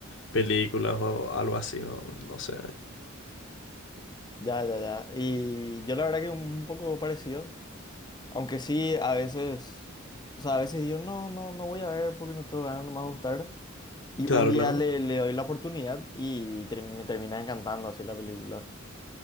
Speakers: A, on the left; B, on the left.
A: películas o algo así, ¿no? No sé.
B: Ya, ya, ya. Y yo la verdad que un poco parecido. Aunque sí, a veces, o sea, a veces digo, no, no, no voy a ver porque no tengo ganas, no me va a gustar. Y
A: Claro,
B: un día
A: claro.
B: le, le doy la oportunidad y term- me termina encantando así la película.